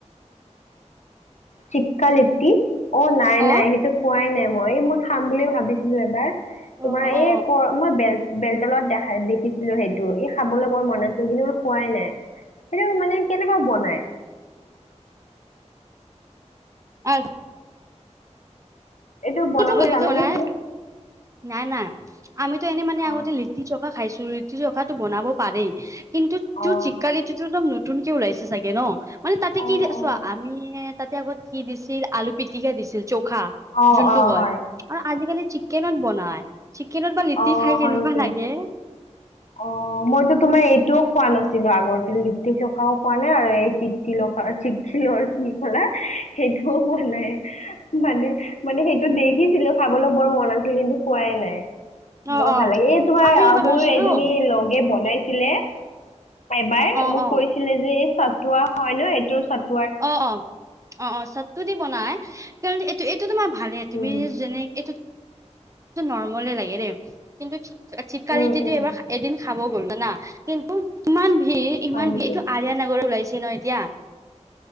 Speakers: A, on the left (about 75°); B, on the right (about 25°).
A: টিক্কা লিটি অ নাই
B: অ
A: নাই সেইটো খোৱাই নাই মই এই মই খাম বুলি ভাবিছিলো এবাৰ তোমাৰ
B: অ অ
A: এই ক মই বেল বেলতলত দেখাই দেখিছিলো সেই। টো এ খাবলে বৰ মন আছিল। কিন্তু মই খোৱাই নাই সেইটো মানে কেনেকুৱা বনাই। <inaudible>
B: আৰু
A: এইটো বনাব
B: না - <unintelligible>
A: জানানে তুমি
B: নাই নাই আমিতো এনে মানে
A: অ
B: আগতে লিটি চৌখা খাইছো লিটি চৌখাটো বনাব পাৰেই। কিন্তু
A: অ
B: তোৰ চিক্কা লিতিটো একদম নতুনকে ওলাইছে চাগে ন মানে তাতে
A: অ
B: কি
A: অ
B: চোৱা আমি তাতে আগত কি দিছিল আলু পিটিকা দিছিল চৌখা।
A: অ
B: যোনটো
A: অ
B: কয়
A: হয়
B: আৰু আজিকালি চিকেনত বনাই চিকেনত বা লিটি
A: অহ
B: খাই কেনেকুৱা
A: হয় নেকি
B: লাগে
A: অহ মইতো তুমি টো খোৱা নাছিলো আগতে লিট্টি খাও খোৱা নাই <unintelligible> কলা সেইটোও হোৱা নাই মানে মানে সেইটো দেখিছিলো খাবলৈ বৰ মন আছিল কিন্তু খোৱাই নাই
B: অ
A: বৰ
B: অ
A: ভাল লাগে এই তোমাৰ
B: আমি এইবাৰ
A: মোৰ
B: লৈছিলো
A: এজনী লগে
B: উ
A: বনাইছিলে। এবাৰ
B: অ
A: মোক
B: অ
A: কৈছিলে যে এই চাটুৱা হয় ন এই
B: অ অ অ অ চাটটো দি বনাই। কাৰণ এইটো এইটো তোমাৰ ভালেই
A: উম
B: তুমি যেনে এইটো নৰ্মলে লাগে দেই কিন্তু টিক্কাৰিটিটো
A: উম উম
B: এবাৰ এদিন খাব গ'লো না কিন্তু ইমান ভিৰ ইমান
A: হয় নেকি
B: ভিৰ এইটো আৰিয় নগৰ ওলাইছে। ন এতিয়া